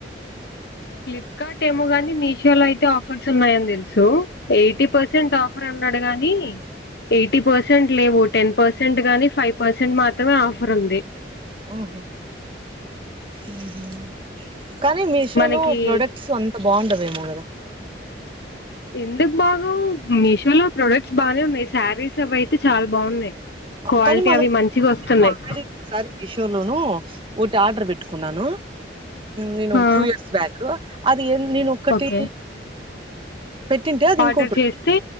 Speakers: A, on the left; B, on the right.
A: ఫ్లిప్కార్ట్ ఏమో గాని మీషోలో అయితే ఆఫర్స్ ఉన్నాయని తెలుసు ఎయిటీ పర్సెంట్ ఆఫర్ అన్నాడు గాని ఎయిటీ పర్సెంట్ లేవు టెన్ పర్సెంట్ గాని ఫైవ్ పర్సెంట్ మాత్రమే ఆఫర్ ఉంది
B: ఓహో ఉహో కానీ మీషో
A: మనకి
B: లో ప్రోడక్ట్స్ అంత బాగుండవేమో గదా
A: ఎందుకు బాగోవ్ మీషో లో ప్రొడక్ట్స్ బాగనే ఉన్నాయి శారీస్ అవి అయితే చాలా బాగున్నాయి క్వాలిటీ
B: కానీ మనం
A: అవి మంచిగా వస్తున్నాయి
B: ఆల్రడీ ఒకసారి మీషోలోనూ ఉ ఆర్డర్ పెట్టుకున్నాను నేను ఒక
A: ఆ
B: టూ ఇయర్స్ బ్యాక్ నేను ఒక్కటి
A: ఓకే
B: పెట్టింటే అది
A: ఆర్డర్
B: ఇంకోటి వచ్చింది
A: చేస్తే